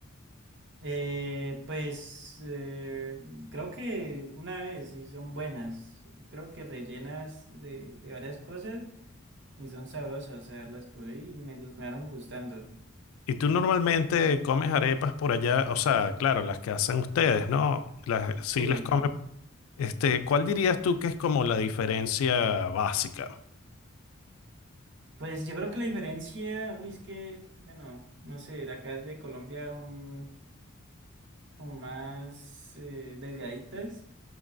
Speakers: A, on the right; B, on the left.
A: Eh, pues eh, creo que una vez y son buenas, creo que rellenas de, de varias cosas y son sabrosas, o sea, las probé y me gu- me quedaron gustando.
B: Y tú normalmente comes arepas por allá, o sea, claro, las que hacen ustedes, ¿no? Las, sí
A: Sí.
B: las comen. Este, ¿cuál dirías tú que es como la diferencia básica?
A: Pues yo creo que la diferencia, uy, es que, bueno, no sé, de acá de Colombia son como más eh, delgaditas